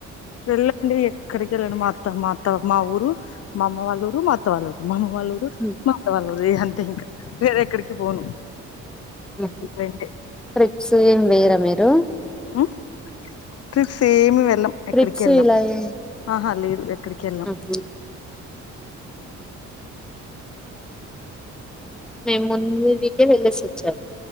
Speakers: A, on the left (about 55°); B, in the centre.
A: వెళ్ళండి ఎక్కడికి వెళ్ళండి మా అత్త మా అత్త మా ఊరు రూ మా అమ్మ వాళ్ళూరు మా అత్త వాళ్ళూరు మా అమ్మ వాళ్ళూరు
B: హ్మ్.
A: మా అత్త వాళ్ళూరు అంతే ఇంకా వేరే ఎక్కడికి పోను
B: హ్మ్మ్
A: ఇవి రెండే
B: ట్రిప్స్ ఏమి వేయరా మీరు
A: హ్మ్మ్ ట్రిప్స్ ఏమి వెళ్ళం
B: ట్రిప్స్
A: ఎక్కడికి ఎళ్ళాం
B: ఇలా ఏం
A: ఆహా లేదు ఎక్కడికి ఎళ్ళాం
B: ఆహా! మేము ముందు వీకే వెళ్ళసి వచ్చాం